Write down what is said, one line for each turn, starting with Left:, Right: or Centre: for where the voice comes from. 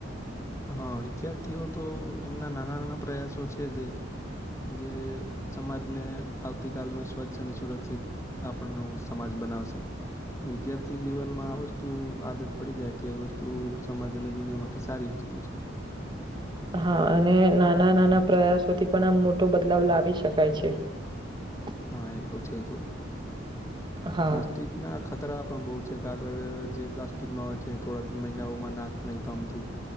Left: હા, વિદ્યાર્થીઓ તો એમના નાના નાના પ્રયાસો છે જે જે સમાજને આવતી કાલનું સ્વચ્છ અને સુરક્ષિત આપણનું સમાજ બનાવશે. વિદ્યાર્થી જીવનમાં આ વસ્તુ આદત પડી જાય તો, એ વસ્તુ સમાજ અને દુનિયા માટે સારી વસ્તુ. ત <unintelligible>
Right: હા, અને નાના નાના પ્રયાસોથી પણ આમ મોટો બદલાવ લાવી શકાય છે. <inaudible>
Left: હા, એ તો છે તો
Right: હા
Left: નાસ્તિકના ખતરા પણ બહુ છે. આાગળ જે પ્લાસ્ટિકનો હોય છે થોડા મહિનાઓમાં નાશ નહી પામતું.